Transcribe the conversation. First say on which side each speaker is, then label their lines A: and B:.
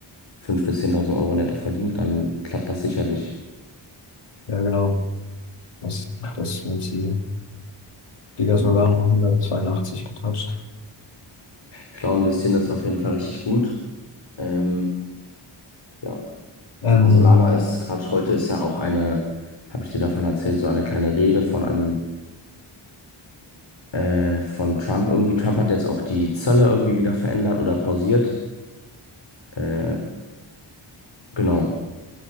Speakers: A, on the left; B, on the left.
A: 5.000 bis 10.000 Euro netto verdient, dann klappt das sicherlich.
B: Ja, genau. Das, das ist mein Ziel. Digga,
A: Genau.
B: Solano 182 getatscht.
A: Schlau investieren ist auf jeden Fall richtig gut. Ähm, ja.
B: Ähm,
A: Ja, Solana ist Quatsch. Heute ist ja auch eine, habe ich dir davon erzählt, so eine kleine Rede von einem, äh, von Trump irgendwie. Trump hat jetzt auch die Zölle irgendwie wieder verändert oder pausiert. Äh, genau.